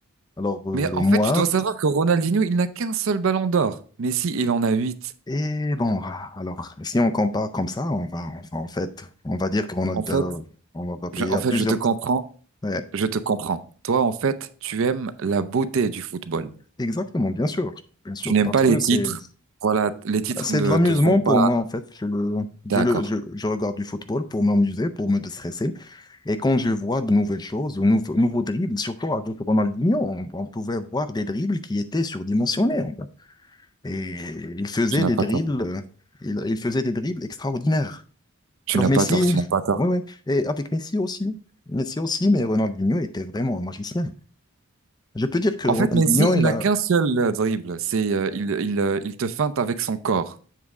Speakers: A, on the left; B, on the right.
A: alors, euh,
B: Mais en
A: moi,
B: fait, tu dois savoir que Ronaldinho, il n'a qu'un seul ballon d'or. Messi, il en a huit.
A: et bon, alors, si on compare comme ça, on va, on va- en fait, on va dire qu'on a,
B: En fait,
A: euh, on va payer
B: Je- en
A: à
B: fait,
A: plusieurs.
B: je te comprends,
A: Ouais,
B: je te comprends. Toi, en fait, tu aimes la beauté du football.
A: exactement, bien sûr, bien sûr,
B: Tu n'aimes
A: parce
B: pas
A: que
B: les titres.
A: c'est,
B: Voilà, les titres
A: c'est
B: ne
A: de l'amusement
B: te font
A: pour
B: pas.
A: moi, en fait. Je le, je
B: D'accord,
A: le, je, je regarde du football pour m'amuser, pour me déstresser. Et quand je vois de nouvelles choses, de nouveaux, nouveaux dribbles, surtout avec Ronaldinho, on, on pouvait voir des dribbles qui étaient surdimensionnés. en fait. Et il faisait
B: tu n'as
A: des
B: pas
A: dribbles,
B: tort.
A: euh, il, il faisait des dribbles extraordinaires.
B: Tu
A: Alors
B: n'as
A: Messi,
B: pas tort, tu n'as pas tort.
A: oui, oui, et avec Messi aussi. Messi aussi, mais Ronaldinho était vraiment un magicien. Je peux dire que
B: En
A: Ronaldinho,
B: fait, Messi, il
A: il
B: n'a
A: a...
B: qu'un seul euh, dribble. C'est, euh, il, il, euh, il te feinte avec son corps.